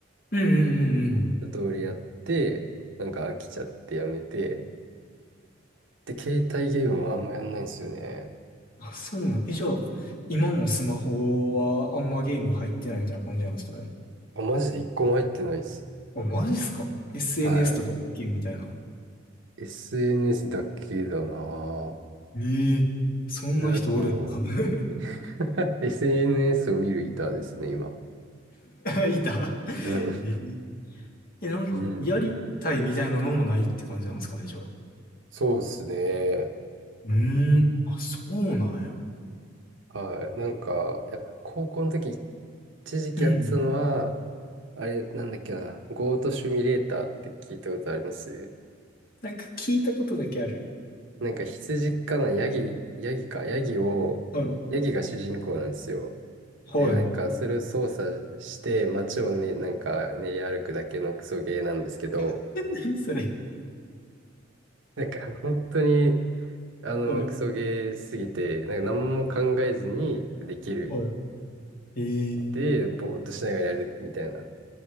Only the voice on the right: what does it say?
一通りやって、なんか飽きちゃってやめて、で、携帯ゲームはあんまやんないんですよね。
あ、マジで一個も入ってないです。
は
い。SNS だけだなぁ。
で、こう、
<laughs> SNS を見る板ですね、今。
うん。
うん。
そうですね。
はい。なんか、いや、高校の時、一時期やってたのは、
あれ、なんだっけな、ゴートシミュレーターって聞いたことあります
なんか羊かな、ヤギ、ヤギか、ヤギを、
ヤギが主人公なんですよ。
で、なんか、それを操作して、街をね、なんか、練り歩くだけのクソゲーなんですけど、
なんか、本当に、あの、
クソゲーすぎて、なんか、何も考えずにできる。
で、
ぼーっとしながらやるみたいな。